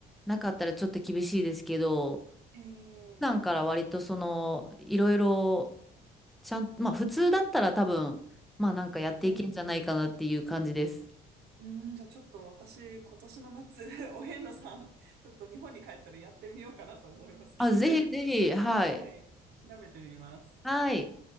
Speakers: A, in the centre; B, on the right.
A: なかったらちょっと厳しいですけど、
B: ええ
A: 普段から割とその、いろいろ、ちゃん、まあ普通だったら多分、まあなんかやっていけんじゃないかなっていう感じです。
B: ええうん、じゃあちょっと私、今年の夏、<laughs> お遍路さん、ちょっと日本に帰ったらやってみようかなと思います。
A: あ、
B: 気になる。
A: ぜひぜひ、はい。
B: はい、調べてみます。
A: はい。